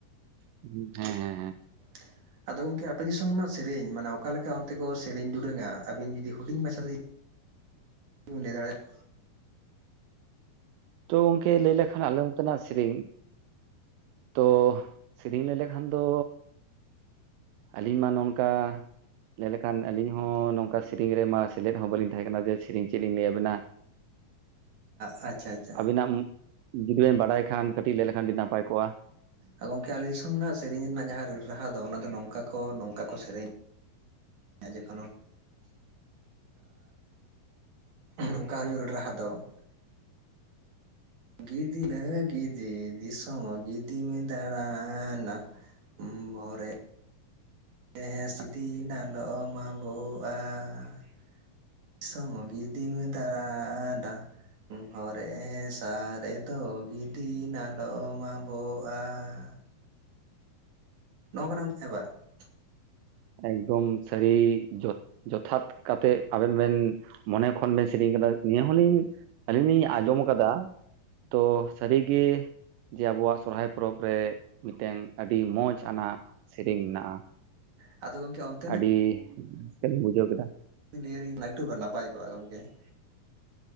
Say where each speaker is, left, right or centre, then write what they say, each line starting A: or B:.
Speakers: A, on the right (about 80°); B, on the right (about 55°).
A: ᱦᱮᱸ ᱦᱮᱸ ᱦᱮᱸ
B: <inaudible> ᱟᱫᱚ ᱜᱚᱝᱠᱮ ᱟᱯᱮ ᱫᱤᱥᱚᱢ ᱨᱮᱱᱟᱜ ᱥᱮᱨᱮᱧ ᱢᱟᱱᱮ ᱚᱠᱟᱠᱟ ᱞᱮᱠᱟ ᱚᱱᱛᱮ ᱠᱚ ᱥᱮᱨᱮᱧ ᱫᱩᱨᱟᱹᱝᱟ ᱟᱵᱤᱱ ᱡᱩᱫᱤ ᱦᱩᱰᱤᱧ ᱢᱟᱪᱷᱟ ᱤᱧ ᱞᱟᱹᱭ ᱫᱟᱲᱮᱼᱟ ᱾
A: ᱛᱚ ᱜᱚᱝᱠᱮ ᱞᱟᱹᱭ ᱞᱮᱠᱷᱟᱱ ᱟᱞᱮ ᱱᱚᱛᱮᱱᱟᱜ ᱥᱮᱨᱮᱧ ᱛᱚ ᱥᱮᱨᱮᱧ ᱞᱟᱹᱭ ᱞᱮᱠᱷᱟᱱ ᱫᱚ ᱟᱹᱞᱤᱧ ᱢᱟ ᱱᱚᱝᱠᱟ ᱞᱟᱹᱭ ᱞᱮᱠᱷᱟᱱ ᱟᱹᱞᱤᱧ ᱦᱚᱸ ᱱᱚᱝᱠᱟ ᱥᱮᱨᱮᱧ ᱨᱮᱢᱟ ᱥᱮᱞᱮᱫ ᱦᱚᱸ ᱵᱟᱹᱞᱤᱧ ᱛᱟᱦᱮᱸ ᱠᱟᱱᱟ ᱡᱮ ᱥᱮᱨᱮᱧ ᱪᱮᱫᱞᱤᱧ ᱞᱟᱹᱭ ᱟᱵᱮᱱᱟ ᱾
B: ᱟᱪᱪᱷᱟ ᱟᱪᱪᱷᱟ ᱾
A: ᱟᱢ, ᱡᱩᱫᱤ ᱵᱮᱱ ᱵᱟᱰᱟᱭ ᱠᱷᱟᱱ ᱠᱟᱹᱴᱤᱡ ᱞᱟᱹᱭ ᱞᱮᱠᱷᱟᱱ ᱟᱹᱰᱤ ᱱᱟᱯᱟᱭ ᱠᱚᱜᱼᱟ ᱾
B: ᱮ, ᱜᱚᱝᱠᱮ ᱟᱞᱮ ᱫᱤᱥᱚᱢ ᱨᱮᱱᱟᱜ ᱥᱮᱨᱮᱧ ᱨᱮᱱᱟᱜ ᱡᱟᱦᱟᱸ ᱨᱟᱹᱲ ᱨᱟᱦᱟ ᱫᱚ ᱚᱱᱟ ᱫᱚ ᱱᱚᱝᱠᱟ ᱠᱚ ᱱᱚᱝᱠᱟ ᱠᱚ ᱥᱮᱨᱮᱧ ᱦᱮᱸ ᱡᱚᱠᱷᱚᱱ ᱦᱚᱸ ᱱᱚᱝᱠᱟ ᱦᱩᱭᱩᱜ-ᱟ, ᱨᱟᱹᱲ ᱨᱟᱦᱟ ᱫᱚ ᱾ ᱜᱤᱫᱤ ᱞᱟᱹᱜᱤᱫ, ᱜᱤᱫᱤ, ᱫᱤᱥᱚᱢ ᱜᱤᱫᱤᱢ ᱫᱟᱬᱟᱱᱟ ᱵᱷᱚᱨ ᱨᱮ ᱦᱮᱸ, ᱦᱮᱸ, ᱥᱤᱫᱤ ᱱᱟᱞᱚᱢ ᱟᱵᱚᱜᱼᱟ ᱾ ᱫᱤᱥᱚᱢ ᱜᱤᱫᱤᱢ ᱫᱟᱬᱟᱱᱟ ᱾ ᱦᱚᱨᱮ ᱦᱮᱸᱥᱟᱜ ᱨᱮᱫᱚ ᱜᱤᱫᱤ ᱱᱟᱞᱚᱢ ᱟᱵᱚᱜᱼᱟ ᱾ ᱱᱚᱝᱠᱟ ᱱᱟᱢ ᱦᱮᱸ ᱵᱟᱝᱼᱟ ᱾
A: ᱮᱠᱫᱚᱢ ᱥᱟᱹᱲᱤ ᱡᱚᱷ ᱡᱚᱛᱷᱟᱛ ᱠᱟᱛᱮᱫ ᱟᱵᱮᱱ ᱵᱮᱱ ᱢᱚᱱᱮ ᱠᱷᱚᱱ ᱵᱮᱱ ᱥᱮᱨᱮᱧ ᱟᱠᱟᱫᱟ ᱱᱤᱭᱟᱹ ᱦᱚᱸᱞᱤᱧ ᱟᱹᱞᱤᱧ ᱞᱤᱧ ᱭᱟᱜ ᱟᱸᱡᱚᱢ ᱟᱠᱟᱫᱟ ᱛᱚ, ᱥᱟᱹᱨᱤᱜᱮ ᱡᱮ ᱟᱵᱚᱣᱟᱜ ᱥᱚᱨᱦᱟᱭ ᱯᱚᱨᱚᱵᱽ ᱨᱮ ᱢᱤᱫᱴᱮᱝ, ᱟᱹᱰᱤ ᱢᱚᱸᱡᱽ ᱟᱱᱟᱜ ᱥᱮᱨᱮᱧ ᱢᱮᱱᱟᱜᱼᱟ ᱾
B: ᱟᱫᱚ ᱜᱚᱢᱠᱮ ᱚᱱᱛ
A: ᱟᱹᱰᱤ ᱨᱟᱹᱥᱠᱟᱹ ᱞᱤᱧ ᱵᱩᱡᱷᱟᱹᱣ ᱠᱮᱫᱟ ᱾
B: ᱞᱟᱹᱭ ᱟᱹᱞᱤᱧ, ᱚᱠᱴᱩᱵᱟᱨ ᱱᱟᱯᱟᱭ ᱠᱚᱜᱼᱟ ᱜᱚᱝᱠᱮ ᱾